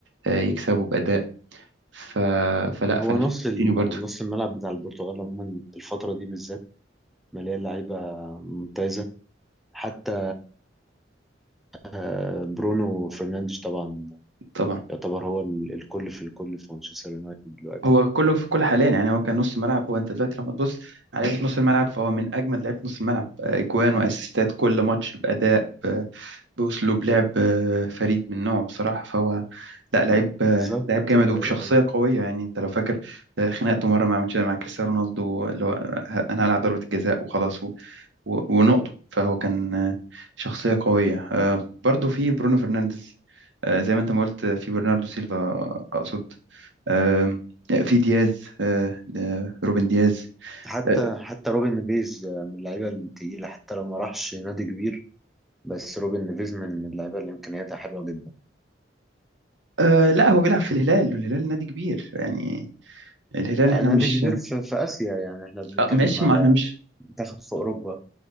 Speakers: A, on the right; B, in the centre.
A: آه، يكسبه باداء ف... فلا
B: هو
A: فانا
B: نص
A: شايف موتينيو
B: ال-
A: برضو
B: نص الملعب بتاع البرتغال عموما الفترة دي بالذات مليان لعيبة ممتازة حتى آه، برونو فرنانديز طبعا
A: طبعا
B: يعتبر هو ال- الكل في الكل في مانشستر يونايتد دلوقتي
A: هو كله في كل حاليا يعني هو كان نص ملعب وانت دلوقتي لما تبص على لعيبه نص الملعب فهو من اجمد لعيبه نص الملعب آه، اجوان واسيستات كل ماتش باداء ب- باسلوب لعب آه، فريد من نوعه بصراحه فهو لا
B: مم.
A: لعيب آه،
B: بالظبط
A: لعيب جامد وبشخصيه
B: آه،
A: قويه يعني انت لو فاكر آه، خناقته مره مع ماتش مع كريستيانو رونالدو اللي هو آه، انا هلعب ضربه الجزاء وخلاص و- و- ونقطه فهو كان آه، شخصيه قويه آه، برضو في برونو فرنانديز آه، زي ما انت ما قلت آه، في برناردو سيلفا آه، اقصد آم، في دياز آه، آه، روبن دياز
B: حتى
A: آه،
B: حتى روبن نيفيز آه، من اللعيبة التقيلة حتى لو ما راحش نادي كبير بس روبن نيفيز من اللعيبة اللي إمكانياتها حلوة جدا
A: آه، لا هو بيلعب في الهلال والهلال نادي كبير يعني الهلال احنا
B: آه، نادي
A: مش
B: كبير في, في آسيا يعني احنا بنتكلم
A: آه، ماشي
B: على
A: ما احنا مش
B: منتخب في أوروبا